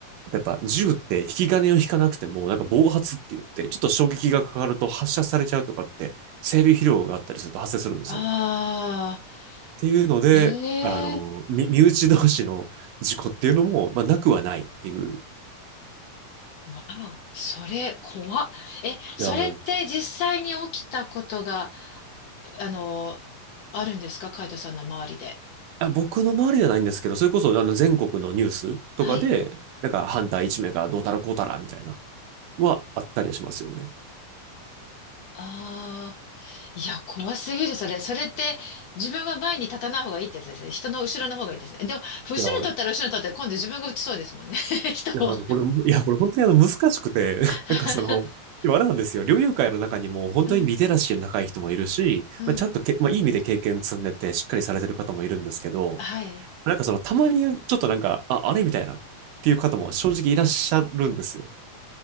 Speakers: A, on the right (about 80°); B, on the left (about 70°).
A: やっぱ銃って引き金を引かなくても、なんか暴発って言って、ちょっと衝撃がかかると発射されちゃうとかって、整備疲労があったりすると発生するんですよ。
B: ああ
A: っていうので、
B: ー、
A: あの、
B: ええ
A: 身身内同士の事故っていうのも、まあ、なくはないっていう。い
B: わお、それ、怖っ。え、それって実際に起きたことが、
A: やー、
B: あの、あるんですかカイトさんの周りで。
A: あ僕の周りではないんですけど、それこそあの全国のニュースとかで、
B: はい。
A: なんかハンター1名がどうたらこうたらみたいな、はあったりしますよね。
B: ああ、いや、怖すぎる、それ。それって、自分は前に立たない方がいいってやつですね。人の後ろの方がいいですね。でも、後ろに立ったら後ろに立ったら、
A: いやー、
B: 今度自分が打ちそうですもんね。<laughs> 人を。
A: いや、なんかこれ、いや、これ本当にあの難しくて、<laughs>
B: <laughs>
A: なんかその、でもあれなんですよ。猟友会の中にも本当にリテラシーの高い人もいるし、
B: うん、うん、
A: まあ、ちゃんとけ、まあ、いい意味で経験積んでてしっかりされてる方もいるんですけど、
B: はい。
A: なんかそのたまにちょっとなんか、あ、あれみたいなっていう方も正直いらっしゃるんですよ。